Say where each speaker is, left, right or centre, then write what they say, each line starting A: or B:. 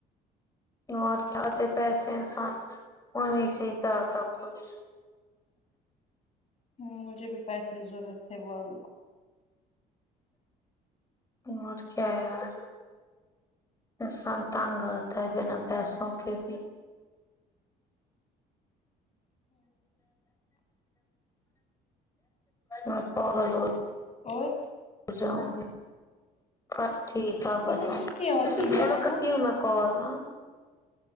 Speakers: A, on the left (about 20°); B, on the left (about 40°).
A: اور کیاتے پیسے انسان انیں سے ہی کرتاب کچھ
B: ہمم مجھے بھی پیسے ضرورت تھے وہلہ
A: اور کیا یار انسان تنگ رہتا ہے بنا پیسوں کے بھی میں پگل ہورہی ہوں
B: اور
A: جاؤں گی بس ٹھیک
B: اوپر
A: ہے بتاؤ
B: سے سستی ہوتی
A: تھوڑو
B: ہے ہے
A: کرتی
B: نا
A: ہوں میں کال ہا